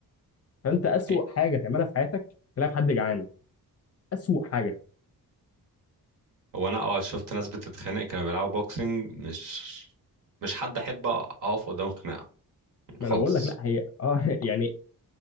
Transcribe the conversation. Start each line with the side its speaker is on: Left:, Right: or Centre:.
Left: فانت اسوأ
Right: إيه.
Left: حاجه تعملها في حياتك تلاقي حد جعان اسوأ حاجه
Right: هو انا اه شفت ناس بتتخانق كانوا بيلعبوا بوكسنج مش مش حد احب اقف قدام خناقة
Left: ما
Right: خالص
Left: انا بقول لك لا هي اه <laughs> يعني